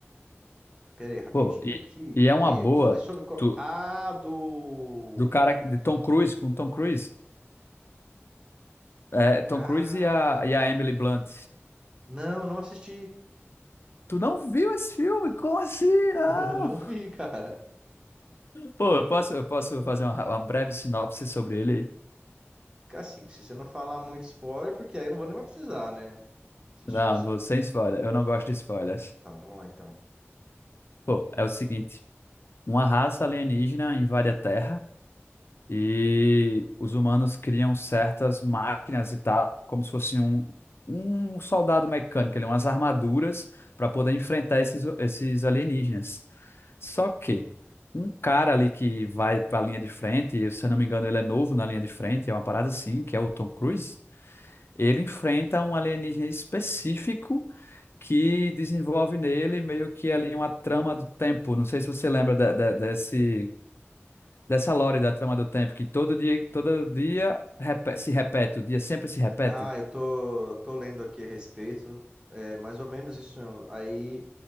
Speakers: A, on the right; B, on the left.
A: Pera aí, rapidinho
B: Pô, e,
A: aqui.
B: e é uma
A: É,
B: boa
A: com- é sobre qual?
B: tu-
A: Ah, do
B: do cara de Tom Cruise com Tom Cruise. É,
A: cara.
B: Tom Cruise e a, e a Emily Blunt.
A: Não, não assisti.
B: Tu não viu esse filme? Como assim? Não.
A: <laughs> Não vi, cara.
B: Pô, eu posso, eu posso fazer uma, uma breve sinopse sobre ele aí?
A: Fica Assim, se você não falar muito spoiler, porque aí eu não vou nem mais precisar, né? Assistir.
B: Não,
A: isso.
B: você sem spoiler. Eu não gosto de spoilers.
A: Tá, vamos lá então.
B: Pô, é o seguinte: uma raça alienígena invade a Terra e os humanos criam certas máquinas e tal, como se fosse um, um soldado mecânico, ali, umas armaduras para poder enfrentar esses, esses alienígenas. Só que um cara ali que vai para a linha de frente, e se eu não me engano, ele é novo na linha de frente, é uma parada assim, que é o Tom Cruise. Ele enfrenta um alienígena específico que desenvolve nele meio que ali uma trama do tempo. Não sei se você lembra da- da- desse, dessa lore da trama do tempo, que todo dia, todo dia repe- se repete, o dia sempre se repete.
A: Ah, eu tô tô lendo aqui a respeito. É mais ou menos isso. mesmo. Aí